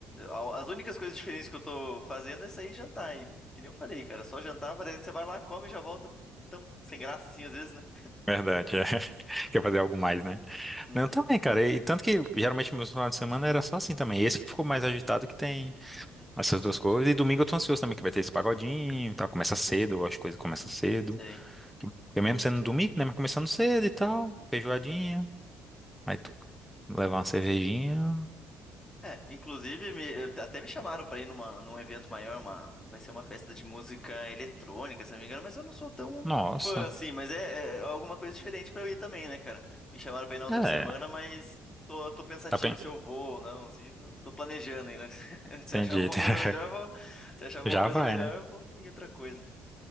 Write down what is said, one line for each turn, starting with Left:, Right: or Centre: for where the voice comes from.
Left: a- as únicas coisas diferentes que eu tô fazendo é sair e jantar. E que nem eu falei, cara, só jantar parece que você vai lá, come e já volta tão sem graça assim às vezes, né?
Centre: Verdade, é. <laughs> Quer fazer algo mais, né?
Left: Uhum,
Centre: Não, também, cara. E tanto que geralmente meus finais de semana era só assim também. Esse que ficou mais agitado que tem
Left: uhum,
Centre: essas duas coisas. E domingo eu tô ansioso também, que vai ter esse pagodinho e tal. Começa cedo, as coisas começam cedo.
Left: sei.
Centre: Porque mesmo sendo domingo, né? Mas começando cedo e tal, feijoadinha. Aí tu levar uma cervejinha.
Left: É, inclusive, me- até me chamaram pra ir numa, num evento maior, uma, vai ser uma festa de música eletrônica, se não me engano, mas eu não sou tão
Centre: Nossa.
Left: fã assim, mas é, é alguma coisa diferente pra eu ir também, né, cara? Me chamaram pra ir na outra
Centre: É,
Left: semana, mas tô, tô pensativo
Centre: tá bem.
Left: se eu vou ou não, assim, tô tô planejando ainda. <laughs> Se
Centre: Entendi.
Left: achar alguma
Centre: <laughs>
Left: coisa melhor, eu vou, se achar alguma
Centre: Já
Left: coisa
Centre: vai,
Left: melhor,
Centre: né?
Left: eu vou em outra coisa.